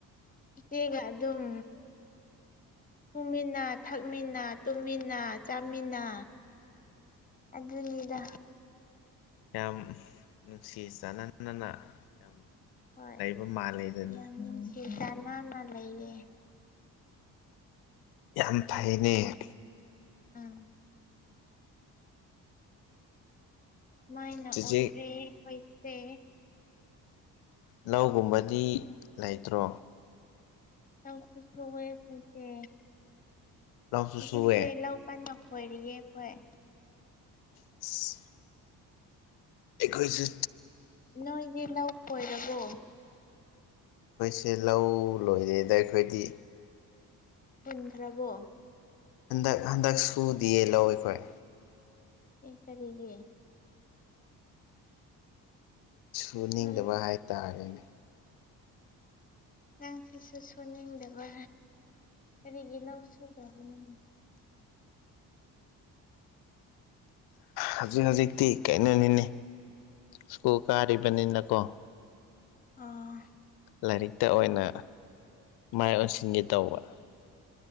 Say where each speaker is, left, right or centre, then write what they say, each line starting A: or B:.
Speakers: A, on the left (about 15°); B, on the left (about 50°).
A: ꯆꯦꯆꯦꯒ ꯑꯗꯨꯝ ꯇꯨꯝꯃꯤꯟꯅ ꯊꯛꯃꯤꯟꯅ ꯇꯨꯝꯃꯤꯟꯅ ꯆꯥꯃꯤꯟꯅ ꯑꯗꯨꯅꯤꯗꯥ
B: ꯌꯥꯝ ꯅꯨꯡꯁꯤ ꯆꯥꯟꯅꯅꯅ ꯌꯥꯝ
A: ꯍꯣꯏ
B: ꯂꯩꯕ ꯃꯥꯜꯂꯦꯗ ꯑꯗꯨꯗꯤ
A: ꯌꯥꯝ ꯅꯨꯡꯁꯤ <unintelligible> ꯆꯥꯟꯅꯥꯅ ꯂꯩꯌꯦ
B: ꯌꯥꯝ ꯐꯩꯅꯦ
A: ꯎꯝ ꯃꯥꯏꯅ
B: ꯆꯦꯆꯦ
A: ꯑꯣꯏꯔꯦ ꯑꯣꯏꯇꯦ
B: ꯂꯧꯒꯨꯝꯕꯗꯤ ꯂꯩꯇ꯭ꯔꯣ
A: ꯁ ꯑꯣꯏꯣꯏ ꯐꯦ
B: ꯂꯧꯁꯨ
A: ꯍꯧꯖꯤꯛꯁꯦ
B: ꯁꯨꯑꯦ
A: ꯂꯧ ꯀꯥꯟ ꯈꯣꯏꯔꯤꯌꯦ ꯑꯩꯈꯣꯏ
B: <unintelligible> ꯑꯩꯈꯣꯏꯁꯦ
A: ꯅꯣꯏꯗꯤ ꯂꯧ ꯈꯣꯏꯔꯕꯣ
B: ꯑꯩꯈꯣꯏꯁꯦ ꯂꯧ ꯂꯣꯏꯔꯤꯩꯗ ꯑꯩꯈꯣꯏꯗꯤ
A: ꯄꯨꯟꯈ꯭ꯔꯕꯣ
B: ꯍꯟꯗꯛ ꯍꯟꯗꯛ ꯁꯨꯗꯤꯌꯦ ꯂꯧ ꯑꯩꯈꯣꯏ
A: ꯑꯦ ꯀꯔꯤꯒꯤ
B: ꯁꯨꯅꯤꯡꯗꯕ
A: ꯅꯣꯏ
B: ꯍꯥꯏꯇꯥꯔꯦꯅꯦ
A: ꯅꯪ ꯁꯤꯁꯨ ꯁꯣꯟꯅꯤꯡꯗꯕ ꯀꯔꯤꯒꯤ ꯂꯥꯎ ꯁꯨꯖꯕꯅꯤ
B: ꯍꯧꯖꯤꯛ ꯍꯧꯖꯤꯛꯇꯤ ꯀꯩꯅꯣꯅꯤꯅꯦ ꯁ꯭ꯀꯨꯜ ꯀꯥꯔꯤꯕꯅꯤꯅꯀꯣ
A: ꯑꯥ
B: ꯂꯥꯏꯔꯤꯛꯇ ꯑꯣꯏꯅ ꯃꯥꯏ ꯑꯣꯟꯁꯤꯟꯒꯦ ꯇꯧꯕ